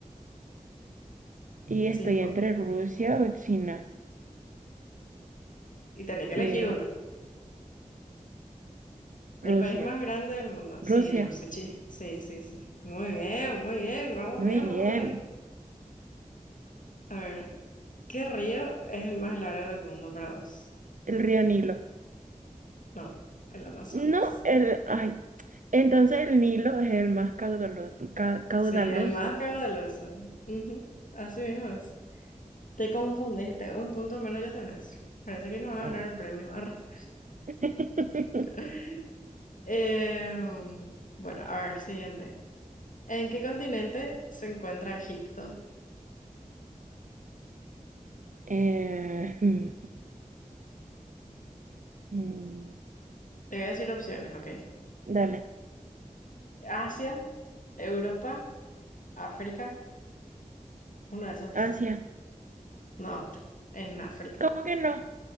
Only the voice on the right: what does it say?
Y estoy
entre Rusia o China.
Eh,
Rusia.
Rusia.
Muy
bien.
El río Nilo.
No, el... Ay. Entonces el Nilo es el más caudaloso. ca- caudaloso.
Ah.
<laughs>
Eh, mm, mm, mm.
dale.
Asia.
¿Cómo que no?